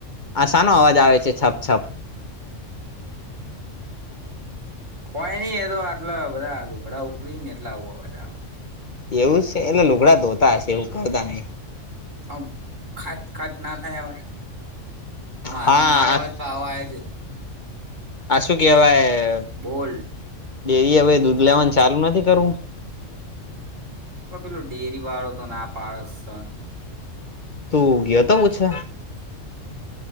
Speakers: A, on the left; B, on the right.
A: આ શાનો અવાજ આવે છે છપ છપ?
B: કોઈ નઈ એ તો આટલા બધા લુગડાં સુકવી ને એટલા આવો અવાજ આવે.
A: એવું છે એટલે લુગડા ધોતા હશે હુકવતા નહી.
B: આમ ખાચ ખાચ ના થાય હવે મારો
A: હા
B: મારો અવાજ તો આવે છે.
A: હ શું કેવાય
B: બોલ
A: ડેરી એ હવે દૂધ લેવાનું ચાલુ નથી કરવું?
B: તો પેલો ડેરી વાળો તો ના પાડે છે ને.
A: તું ગયો હતો પુછવા?
B: <inaudible>